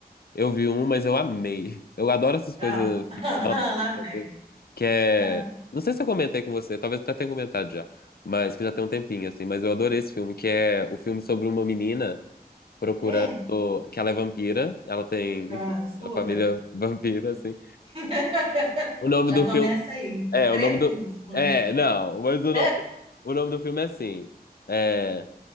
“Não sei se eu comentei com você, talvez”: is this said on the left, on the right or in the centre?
Left